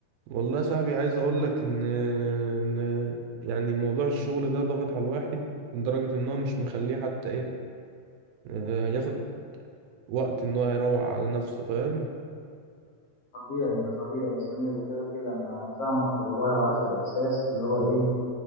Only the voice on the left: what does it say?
طبيعي ده طبيعي يا زميلي ده كده كده انا فاهمك والله وعارف الاحساس اللي هو ايه